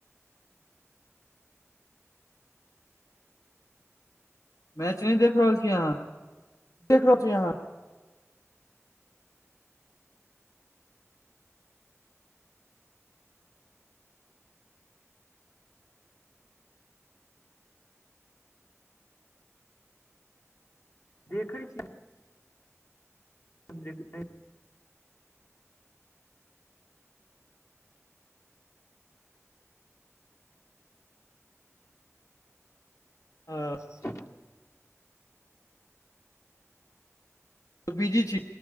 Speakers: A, on the left; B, on the left.
A: मैच नहि देख रहल छीयै अहाँ
B: देखै
A: देख रहल छी अहाँ
B: देखै छि <unintelligible>
A: आ
B: ह <unintelligible>
A: त बीजी छि